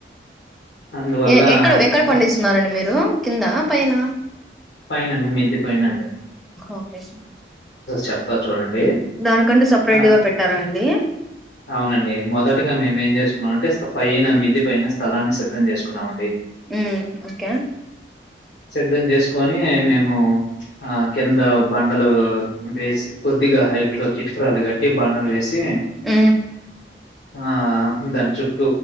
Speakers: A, on the left; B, in the centre.
A: అందువల్ల
B: ఎ ఎక్కడ ఎక్కడ
A: అ
B: పండిస్తున్నారు అండి మీరు కిందా పైన
A: పైనండి మిద్ది పైనండి
B: ఓకే సార్
A: చెప్తా చూడండి.
B: దానికంటే సపరేట్గా
A: ఆ
B: పెట్టారా అండి
A: అవునండి మొదటగా మేమేం చేసుకున్నాం అంటే పైన మిద్ది పైన స్థలాన్ని సిద్ధం చేసుకున్నామ అండి
B: ఉ ఓకే
A: సిద్ధం చేసుకొని మేము ఆ కింద బండలు వేసి కొద్దిగా హైట్ లో చిట్క్రాలు కట్టి బండలు వేసి
B: ఊ
A: ఆ దాని చూప్ప